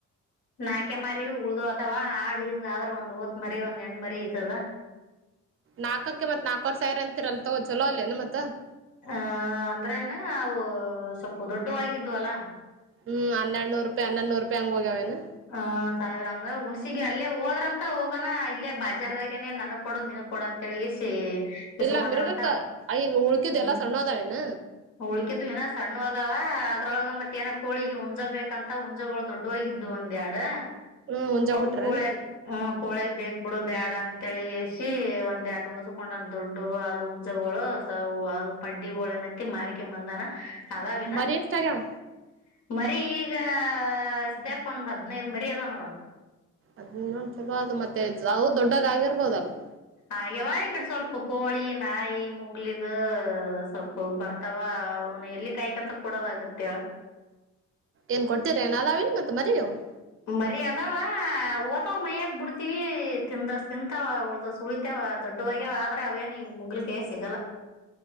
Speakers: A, on the left; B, on the right.
A: ನಾಕೆ ಮಾರಿವು, ಉಳ್ದುವ, ಅದವಾ ಆಡ ಇದದ ಆದ್ರ ಒಂದ್ ಹೋತ್, ಮರಿ ಒಂದ್ ಹೆಣ್ ಮರಿ ಇದದ. <inaudible>
B: ನಾಕಕ್ಕೆ, ಮತ್ತ್ ನಾಕುವರೆ, ಸಾವಿರ ಅಂತಿರಲ ತಗೋ, ಚಲೋ ಅಲ್ಲೇನು ಮತ್ತೆ? <inaudible>
A: ಹ, ಅಂದ್ರೇನ! ಅವು ಸ್ವಲ್ಪ ದೊಡ್ದುವ್ ಆಗಿದ್ವಲ್ಲಾ? <inaudible>
B: ಹ್ಮ, ಹನ್ನಡ್ನೂ, ರೂಪಾಯಿ ಹನ್ನೂರು ರೂಪಯಿ ಹೋಗ್ಯವನ. <inaudible>
A: ಹ, ಸಾವಿರ ಅಂದ ಹುಣ್ಸಿಗೆ! ಅಲ್ಲೇ ಹೋದ್ರಂತ ಹೋಗನ, ಇಲ್ಲೇ ಬಾಜಾರದಾಗನನೆ, ನನಗ್ ಕೊಡು, ನಿನ್ಗು. <inaudible> ಕೊಡ, ಅಂತ ಹೇಳಿ, ಇಸ್ಸೀ. <inaudible> ಇಸ್ಕೊಂಡ್ರಂತ,
B: ಇಲ್ಲ ಮಿರ್ಗಕ್ಕ ಈಗ ಉಳ್ಕಿದ್
A: ಹ್ಮ,
B: ಎಲ್ಲಾ ಸಣ್ಣ ಅದಾವೇನ
A: ಉಳ್ಕಿದ್ದು ಏನ? <inaudible> ಸಣ್ಣವ, ಅದಾವ ಅದ್ರೊಳಗೆ! ಮತ್ತ ಏನ ಕೋಳಿಗೆ, ಹುಂಜ ಬೇಕಂತ ಹುಂಜಗಳು ದೊಡ್ಡವಾಗಿದ್ದು? <inaudible> ಒಂದುಯೆರಡು,
B: ಹ್ಮ್ ಹುಂಜಾ
A: ಅವು
B: ಕೊಟ್ರೇನ್
A: ಕೋಳಿಯಾಗು? <inaudible> ಹೊಳೆಗ್, ಬೇಕ್, ಬಿಡು, ಬ್ಯಾಡ ಅಂತ! ಹೇಳಗೆಸಿ ಒಂದ್ಯಾಡು ಉಳಿಸಿಗೊಂಡನ ದೊಡ್ದುವ್, ಅದು ಹುಂಜಾಗೋಳು? <inaudible> ಅವು, ಅದು ಪಡ್ಡಿಗಳನಂತ! ಮಾರುಕೋ, ಬಂದಾನ ಅದಾವಿನ?
B: ಮರಿ ಎಷ್ಟ ಆಗ್ಯಾವ
A: <inaudible> ಮರಿ, ಈಗ ಸದ್ಯಕ್! ಒಂದು, ಹದ್ನೈದ ಮರಿ ಅದಾವ, ನೋಡು. <inaudible>
B: ಅಧ್ಯೇನುತೇನುಚಾಲೋ, ಅದು, ಮತ್ತೆ, ದೊಡ್ಡಗ, ಹಗಿಬೋಹುಧ್ಯಾಲ? <inaudible>
A: ಆಗ್ಯಾವ, ಈ ಕಡೆ ಸ್ವಲ್ಪ ಕೋಳಿ ನಾಯಿ ಮುಂಗ್ಲಿದು, ಸ್ವಲ್ಪ ಬರ್ತಾವ? <inaudible> ಅವನು, ಎಲ್ಲಿ, ಕಾಯತೋಕ, ಕೊಡಲಾಗುತ್ತೆ? <inaudible>
B: ಏನ್, ಕೊಟ್ಟಿರಿ, ಏನ್ ಅದಾವ ಏನ ಇಲ್ ಮತ್ತ ಮರಿ ನೀವು? <inaudible>
A: ಮರಿ, ಅದಾವ ಓತವ! ಮೈಯಕ್ ಬಿಡ್ತಿವಿ ತಿಂದಸ್, ತಿಂತಾವ ಉಳ್ದಸ್ ಉಳಿತಾವ ಅದು? <inaudible> ದೊಡ್ದುವ, ಆಗ್ಯಾವ ಆದ್ರ! ಅವೇನು ಈಗ ಮುಂಗಾಳಿ ಕೈಯಾಗ್ ಸಿಗಲ್ಲ? <inaudible>